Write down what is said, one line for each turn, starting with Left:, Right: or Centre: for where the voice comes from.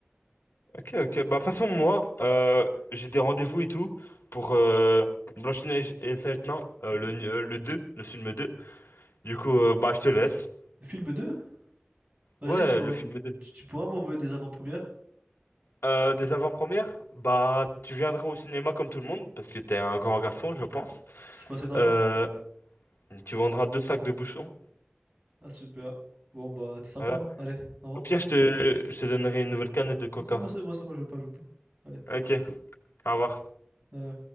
Left: Ok, ok. Bah, de toute façon, moi, euh, j'ai des rendez-vous et tout pour euh, Blanche-Neige et le Seigneur des Anneaux, euh, le, euh, le deux le film 2. Du coup, euh, bah, je te laisse.
Right: Film deux Vas-y,
Left: Ouais,
Right: tu m'en...
Left: le film 2.
Right: tu, tu pourras m'envoyer des avant-premières?
Left: Euh, des avant-premières? Bah, tu viendras au cinéma comme tout le monde, parce que t'es un grand garçon, je pense.
Right: J'ai pas assez d'argent.
Left: Euh, tu vendras deux sacs de bouchons.
Right: Ah, super. Bon, bah, t'es sympa,
Left: Voilà.
Right: hein. Allez, au revoir.
Left: Au pire, je te, je te donnerai une nouvelle canette de coca.
Right: Ah, c'est bon, c'est bon, c'est bon, je veux pas, je veux pas. Allez.
Left: Ok, au revoir.
Right: Euh,